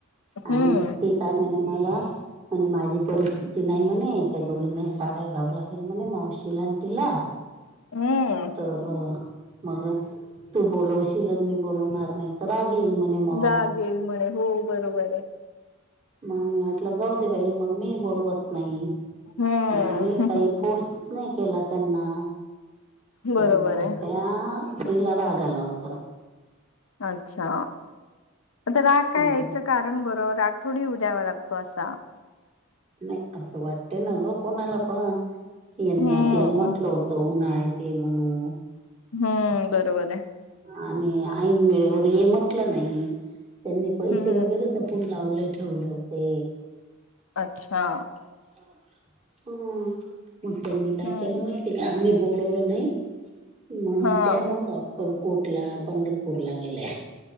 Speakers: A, on the left (about 75°); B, on the right (about 30°).
A: हम्म
B: आणि ती, काय म्हणे मला. म्हणे माझी परिस्थिती नाही म्हणे, त्या दोघींना साड्या घ्याव लागेल म्हणे मावशीला आणि तिला.
A: हम्म.
B: तर मग म्हणे, तू बोलवशील मी बोलाणार नाही. तर राग येईल म्हणे मग.
A: राग येईल म्हणे हो बरोबर ये.
B: मग मी म्हटलं जाऊ दे बाई, मग मी बोलवत नाही
A: हम्म
B: मग मी काही. फोर्सच नाही केला त्यांना.
A: बरोबर
B: तर मग
A: आहे
B: त्या तिला राग आला होता.
A: अच्छा, आता राग काय
B: कि नाही
A: यायचं. कारण बरं राग थोडी उद्यावा लागतो असा.
B: नाही असं वाटतं न हो कोणाला पण यांनी
A: हम्म
B: आपल्याला म्हटलं हो हो‌ उन्हाळ्यात ये म्हणून.
A: हम्म बरोबर ये.
B: आणि ऐन वेळेवर ये म्हटलं नाही. त्यांनी पैसे
A: हम्म.
B: वगैरे जपून लावले ठेवले होते.
A: अच्छा!
B: अच्छा, हम्म. मग त्यांनी काय
A: हम्म
B: केलं माहिती का, आम्ही बोलवलो नाही म्हणून
A: हा
B: त्या मग. अक्कलकोटला कोटला पंढरपूरला गेल्या.